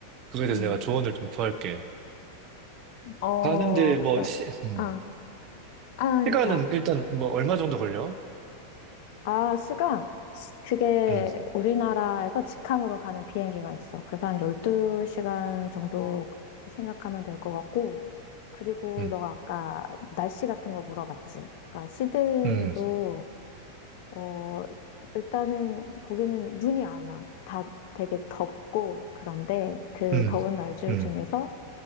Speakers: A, on the right (about 35°); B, on the left (about 50°).
A: 그거에 대해서
B: 응.
A: 내가 조언을 좀 구할게.
B: 어,
A: 가는데 뭐,
B: 그래.
A: 시, 음.
B: 아, 아,
A: 시간은
B: 야,
A: 일단 뭐 얼마 정도 걸려?
B: 아, 시간. 그게
A: 음,
B: 우리나라에서 직항으로 가는 비행기가 있어. 그래서 한 12시간 정도 생각하면 될 것 같고. 그리고
A: 음,
B: 너가 아까 날씨 같은 거 물어봤지. 그러니까 시드니도,
A: 음,
B: 어, 일단은 거기는 눈이 안 와. 다 되게 덥고, 그런데 그
A: 음,
B: 더운 날 중-
A: 음,
B: 중에서